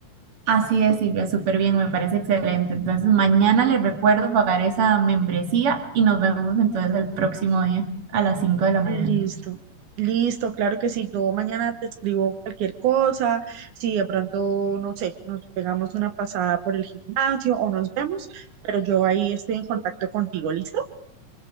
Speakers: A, on the right (about 50°); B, on the right (about 80°).
A: Así es, Silvia, súper bien, me parece excelente. Entonces, mañana les recuerdo pagar esa membresía y nos vemos entonces el próximo día a las 5 de la mañana.
B: Listo, listo, claro que sí. Yo mañana te escribo cualquier cosa. Si de pronto, no sé, nos pegamos una pasada por el gimnasio o nos vemos, pero yo ahí estoy en contacto contigo, ¿listo?